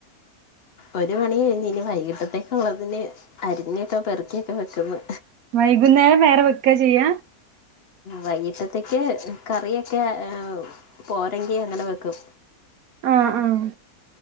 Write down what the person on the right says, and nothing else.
വൈകുന്നേരം വേറ വെക്ക ചെയ്യ
ആഹ് ആഹ്